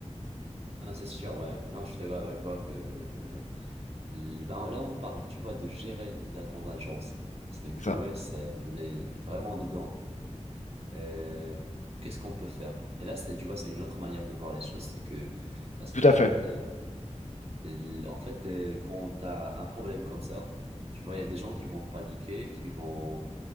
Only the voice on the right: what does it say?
Non, c'est sûr, ouais. Non, je suis d'accord avec toi que, euh, l- ben, là, on parle, tu vois, de gérer la contingence. C'est que,
ouais, c'est, on est vraiment dedans. euh, qu'est-ce qu'on peut faire? Et là, c'est, tu vois, c'est une autre manière de voir les choses, c'est que, parce
qu'en
fait,
euh, l- en fait, euh, quand t'as un problème comme ça, tu vois, il y a des gens qui vont paniquer, qui vont